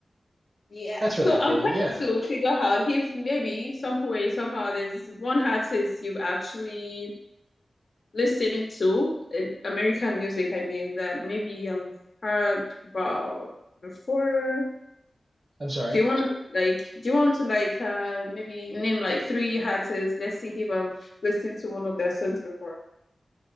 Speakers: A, on the left; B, on the right.
A: Yeah.
B: That's
A: So
B: really cool.
A: I'm trying
B: Yeah.
A: to figure out if maybe some way, somehow, there's one artist you've actually listened to, eh, American music, I mean, that maybe you've heard about before.
B: I'm sorry.
A: Do you want to like, do you want to like, uh, maybe name like three artists? Let's see if I've listened to one of their songs before.